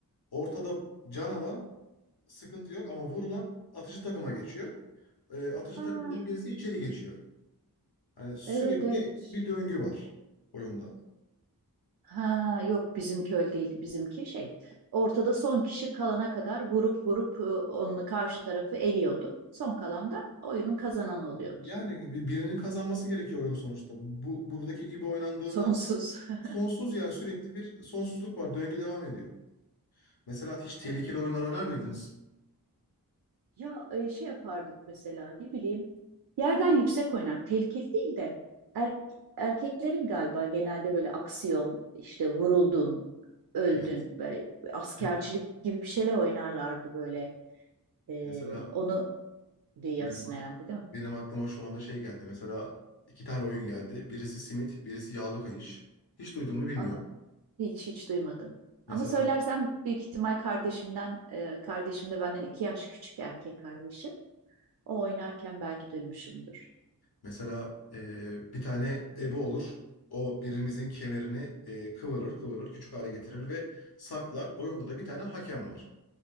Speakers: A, on the left (about 85°); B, on the right (about 70°).
A: ortada can alan sıkıntı yok ama vurulan atıcı takıma geçiyor. E, atıcı
B: Hmm.
A: takımdan birisi içeri geçiyor. Hani sürekli
B: Evet evet.
A: bir döngü var oyunda.
B: Ha yok bizimki öyle değildi. Bizimki şey ortada son kişi kalana kadar vurup vurup e, onun karşı tarafı eliyordu. Son kalan da oyunun kazananı oluyordu.
A: Yani bir- birinin kazanması gerekiyor oyunu sonuçta. Bu buradaki gibi oynandığında
B: Sonsuz. <laughs>
A: sonsuz yani sürekli bir sonsuzluk var. Döngü devam ediyor. Mesela hiç tehlikeli
B: Evet.
A: oyunlar oynar mıydınız?
B: Ya e, şey yapardık mesela ne bileyim yerden yüksek oynak tehlikeli değil de er- erkeklerin galiba genelde böyle aksiyon işte vuruldun öldün
A: Evet.
B: ve askercilik
A: <laughs> Heh.
B: gibi bir şeyler oynarlardı böyle. E,
A: Mesela
B: onu diyorsun
A: benim, ak-
B: herhalde değil mi?
A: benim aklıma şu anda şey geldi. Mesela iki tane oyun geldi. Birisi simit, birisi yağlı kayış. Hiç duydun mu bilmiyorum.
B: Aa. Hiç hiç duymadım.
A: Mesela
B: Ama söylersem büyük ihtimal kardeşimden, e, kardeşim de benden iki yaş küçük erkek kardeşim. O oynarken belki duymuşumdur.
A: Mesela e, bir tane ebe olur. O birimizin kemerini e, kıvırır, kıvırır, küçük hale getirir ve saklar. Oyunda da bir tane hakem var.